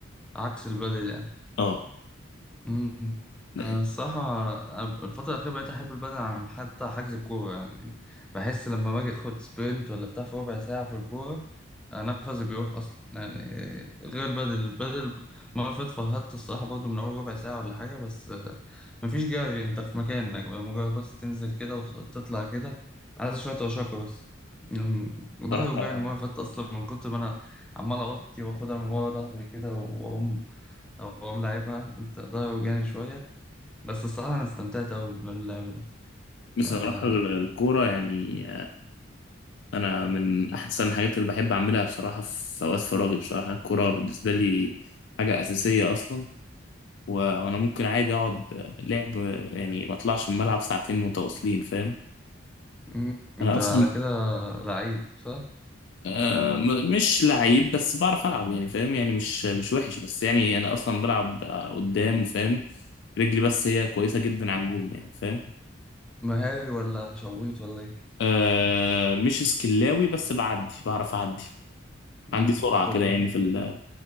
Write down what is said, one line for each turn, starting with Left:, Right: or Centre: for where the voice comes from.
Centre: عكس البادل يعني
Left: اه
Centre: أمم،
Left: لا
Centre: آه، الصراحة أنا الفترة الأخيرة بقيت أحب البدن عن حتى حجز الكورة يعني بحس لما باجي أخد سبرنت ولا بتاع في ربع ساعة في الكورة آه، نفسي بيروح أصلا يعني غير البدل البدل مرة فاتت فرهدت الصراحة برضه من أول ربع ساعة ولا حاجة بس آه، مفيش جري أنت في مكانك بقى مجرد بس تنزل كده وتطلع كده عايز شوية رشاقة بس يعني
Left: بصراحه
Centre: ظهري وجعني المرة اللي فاتت أصلا من كتر ما أنا عمال أوطي وآخدها من ورا ظهري كده وأقوم او هو ملاعبها انت ده وجعني شوية بس الصراحة أنا استمتعت أوي باللعب ده
Left: بصراحه
Centre: آه.
Left: ال- الكوره يعني انا من احسن الحاجات اللي بحب اعملها بصراحه في اوقات فراغي بصراحه الكوره بالنسبه لي حاجه اساسيه اصلا و- وانا ممكن عادي اقعد لعب يعني ما اطلعش من الملعب ساعتين متواصلين فاهم
Centre: مم. أنت
Left: انا اصلا
Centre: على كده لعيب صح؟
Left: آه، م- مش لعيب بس بعرف العب يعني فاهم يعني مش مش وحش بس يعني انا اصلا بلعب قدام فاهم رجلي بس هي كويسه جدا على الجون يعني فاهم
Centre: مهاري ولا شويط ولا إيه؟
Left: آه مش سكلاوي بس بعدي بعرف اعدي
Centre: مم.
Left: عندي سرعه
Centre: خم...
Left: كده يعني في ال-